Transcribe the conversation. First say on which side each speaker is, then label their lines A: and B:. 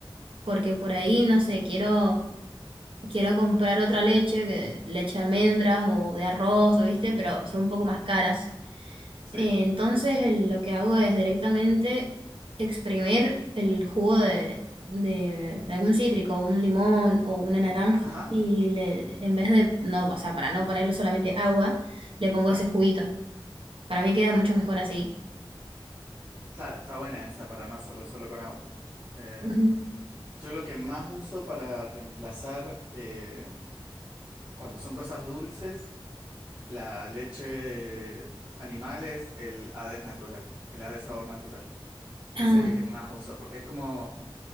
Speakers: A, on the right; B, on the right.
A: porque por ahí, no sé, quiero quiero comprar otra leche, que- leche de almendras o de arroz, o ¿viste?
B: Ujú,
A: Pero son un poco más caras.
B: Sí.
A: Eh, entonces el- lo que hago es directamente exprimir el jugo de, de algún cítrico, un limón o una naranja,
B: Ajá,
A: y le, en vez de, no, o sea, para no ponerle solamente agua, le pongo
B: claro.
A: ese juguito. Para mí queda mucho mejor así.
B: Claro, está buena esa para no hacerlo solo con agua. Eh,
A: Ujú.
B: yo lo que más uso para reemplazar eh, cuando son cosas dulces, la leche animal es el ADES natural, el ADES sabor natural. Ese
A: Ah,
B: es el que más uso porque es como,